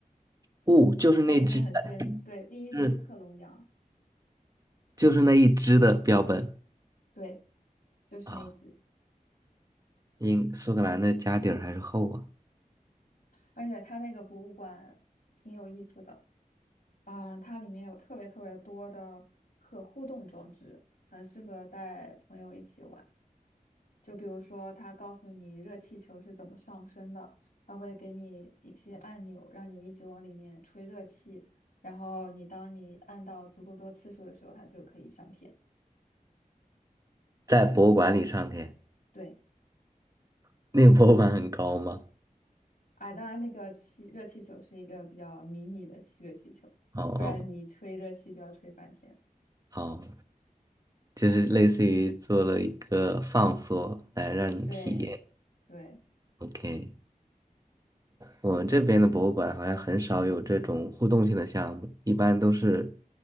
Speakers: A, on the right; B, on the left.
A: 雾就是那只，
B: 还是很真。对，第一只克隆羊，
A: 就是就是那一只的标本
B: 对，就是那只。
A: 啊，因苏格兰的家底儿还是厚啊，
B: 而且它那个博物馆挺有意思的，嗯，它里面有特别特别多的可互动装置，很适合带朋友一起玩。就比如说，它告诉你热气球是怎么上升的，它会给你一些按钮，让你一直往里面吹热气，然后你当你按到足够多次数的时候，它就可以上天。
A: 在博物馆里上天。
B: 对。
A: <laughs> 那个博物馆很高吗？
B: 哎，当然，那个气热气球是一个比较迷你的气热气球，
A: 哦哦
B: 不然你吹热气就要吹半天。
A: 哦，就是类似于做了一个放缩来让你体验。
B: 对对，
A: OK，我们这边的博物馆好像很少有这种互动性的项目，一般都是